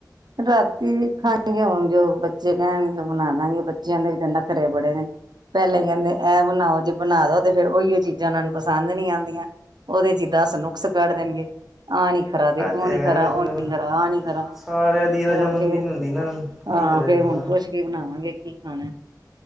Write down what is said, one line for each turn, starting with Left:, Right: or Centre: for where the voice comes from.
Right: ਰਾਤੀ ਵੀ ਖਾਏਗੇ ਹੁਣ ਜੋ ਬੱਚੇ ਕਹਿਣਗੇ ਉਹ ਬਣਾ ਦਿਆਗੇ ਬੱਚਿਆਂ ਦੇ ਵੀ ਨਖਰੇ ਬੜੇ ਨੇ। ਪਹਿਲੇ ਕਹਿੰਦੇ ਐਹ ਬਣਾਓ ਜੇ ਬਣਾ ਦੋ ਤੇ ਫਿਰ ਉਹੀਓ ਚੀਜ਼ਾਂ ਉਹਨਾਂ ਨੂੰ ਪਸੰਦ ਨਹੀਂ ਆਦੀਆਂ। ਉਹਦੇ ਚ ਦਸ ਨੁਕਸ ਕੱਢ ਦੇਣਗੇ। ਆਹ ਨੀ ਖਰਾ ਤੇ ਉਹ
Centre: ਤਾਂ ਹੈਗਾ
Right: ਨੀ ਖਰਾ
Centre: ਅੱਜ
Right: ਉਹ
Centre: ਕੱਲ੍ਹ
Right: ਨੀ ਖਰਾ ਆਹ ਨੀ ਖਰਾ,
Centre: ਸਾਰਿਆਂ ਦੀ ਰਜਾਮੰਦੀ
Right: ਹੁਣ ਫਿਰ,
Centre: ਨਹੀਂ ਹੁੰਦੀ ਨਾ
Right: ਹਾਂ
Centre: ਕੀ ਕਰੇ
Right: ਫੇਰ
Centre: ਬੰਦਾ
Right: ਹੁਣ ਪੁੱਛ ਕੇ ਬਣਾਵਾਂਗੇ ਕੀ ਖਾਣਾ।